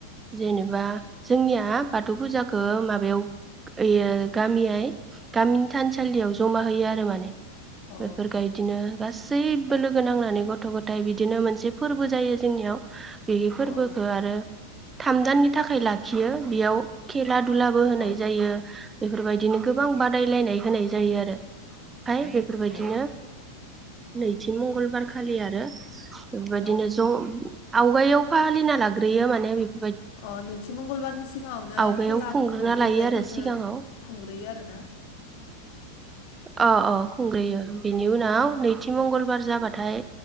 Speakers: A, on the right; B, on the left.
A: जेनेबा जोंनिया बाथौ फुजाखो माबायाव इयो गामियाय गामिनि थानसालियाव जमा होयो आरो माने
B: अ
A: बेफोर गायदिनो गासैबो लोगो नांनानै गथ' गथाइ बिदिनो मोनसे फोरबो ज जायो जोंनियाव बे फोरबोखो
B: औ
A: आरो थाम दाननि थाखाय लाखियो बेयाव खे ला दुलाबो होनाय
B: औ
A: जायो। बेफोरबायदिनो गोबां बादायलायनाय होनाय जायो आरो ओमफाय बेफोरबायदिनो
B: अ
A: नैथि मंगलबारखालि आरो बेबायदिनोस
B: औ
A: उम आवगायाव फालिना लाग्रोयो माने बे
B: अ नैथि मंगलबारनि सिगाङावनो
A: आवगायाव
B: खेलाफोरखौ
A: खुंग्रोना लायो
B: गेलेनायफोरखो
A: आरो सिगाङाव
B: खुंग्रोयो आरोना
A: अ अ खुंग्रोयो बेनि उनाव नैथि मंगलबार जाबाथाय